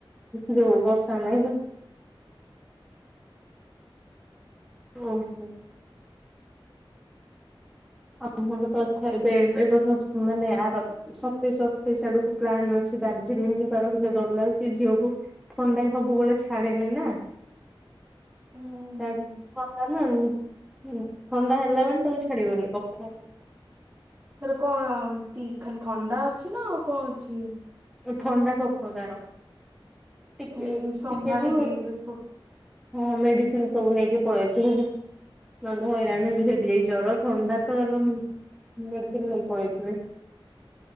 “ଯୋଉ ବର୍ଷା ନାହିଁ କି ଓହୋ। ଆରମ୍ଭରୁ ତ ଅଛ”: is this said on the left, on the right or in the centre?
Centre